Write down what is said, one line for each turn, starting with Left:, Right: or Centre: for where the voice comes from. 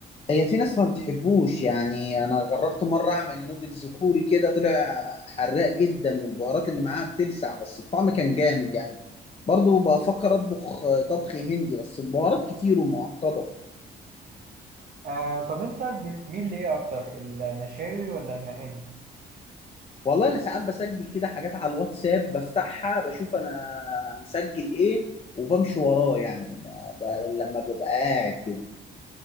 Left: هي في ناس ما بتحبوش يعني انا جربت مره اعمل نودلز كوري كده طلع حراق جدا والبهارات اللي معاها بتلسع بس الطعم كان جامد يعني برضو بفكر اطبخ طبخ هندي بس البهارات كتير ومعقده
Right: آه طب انت بتميل لايه اكتر المشاوي ولا المقالي
Left: والله انا ساعات بسجل كده حاجات على الواتساب بفتحها بشوف انا مسجل ايه وبمشي وراه يعني ب... لما ببقى قاعد كده